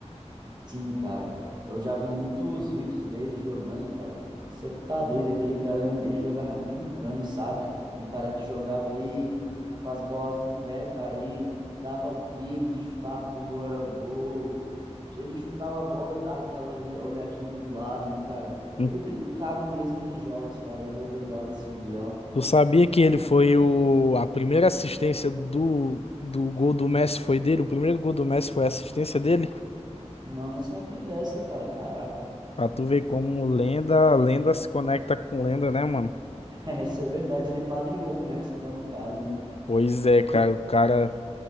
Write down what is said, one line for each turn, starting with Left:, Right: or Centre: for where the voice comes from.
Right: Sim, cara. Eu já vi muitos vídeos dele jogando, cara. Você tá doido, aquele cara, ele jogava brincando, sabe? Um cara que jogava aí com as bolas no pé, cara, e dava drible, chutava pro gol, era gol. Ele chutava a bola e dava aquela olha- olhadinha pro lado, né, cara?
Left: Hum,
Right: Ele brincava mesmo nos jogos, cara. Era legal de se ver, ó.
Left: Tu sabia que ele foi o, a primeira assistência do, do gol do Messi foi dele? O primeiro gol do Messi foi a assistência dele?
Right: Não, não sabia dessa, cara. Caraca.
Left: Pra tu ver como lenda, lenda se conecta com lenda, né, mano?
Right: <laughs> É, isso é verdade. Ele padrinhou o Messi, então, no caso, né?
Left: Pois é, cara, o cara